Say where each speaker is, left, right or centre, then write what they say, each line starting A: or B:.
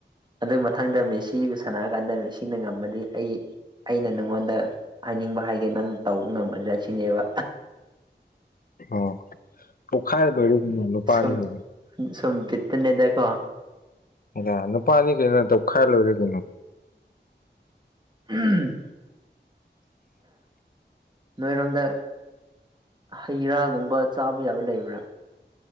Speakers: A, on the right (about 25°); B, on the left (about 50°).
A: ꯑꯗꯨ ꯃꯊꯪꯗ ꯃꯦꯁꯤꯒ ꯁꯥꯟꯅꯔꯀꯥꯟꯗ ꯃꯦꯁꯤꯅ ꯉꯝꯃꯗꯤ ꯑꯩ ꯑꯩꯅ ꯅꯪꯉꯣꯟꯗ ꯍꯥꯏꯅꯤꯡꯕ ꯍꯥꯏꯒꯦ ꯅꯪ ꯇꯧꯕ ꯉꯝꯒꯗ꯭ꯔꯥ ꯁꯤꯅꯦꯕ
B: ꯑꯣ ꯇꯧꯈꯥꯏ ꯂꯣꯏꯔꯤꯅꯦ ꯅꯨꯄꯥꯅꯤꯅꯦ
A: ꯁꯨꯝ ꯁꯨꯝ ꯕꯤꯠꯇ ꯅꯦꯗꯀꯣ
B: ꯑꯗ ꯅꯨꯄꯥꯅꯤ ꯀꯩꯅꯣ ꯇꯧꯈꯥꯏ ꯂꯣꯏꯔꯦ ꯀꯩꯅꯣ
A: ꯎꯝ ꯅꯣꯏꯔꯣꯝꯗ ꯍꯩ ꯔꯥꯒꯨꯝꯕ ꯆꯥꯕ ꯌꯥꯕ ꯂꯩꯕ꯭ꯔꯥ